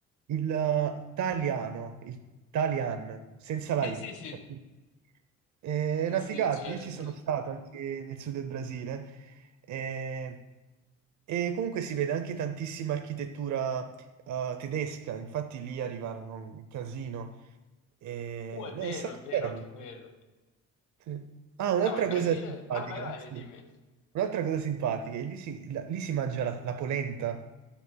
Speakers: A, on the right; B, on the left.
A: il eh, Taliano, il Talian, senza la
B: Sì,
A: I.
B: sì, sì.
A: capito? È
B: Sì,
A: una
B: sì,
A: figata,
B: certo.
A: io ci sono stato anche nel sud del Brasile eh, e, comunque si vede anche tantissima architettura eh, tedesca, infatti lì arrivarono un casino. E,
B: Uh, è
A: no,
B: vero,
A: è stato
B: è vero,
A: bello.
B: anche quello.
A: sì. Ah, un'altra
B: No, il Brasile...
A: cosa simpatica,
B: Ah, vai, vai,
A: sì.
B: dimmi.
A: Un'altra cosa simpatica, e lì si, la- lì si mangia la, la polenta.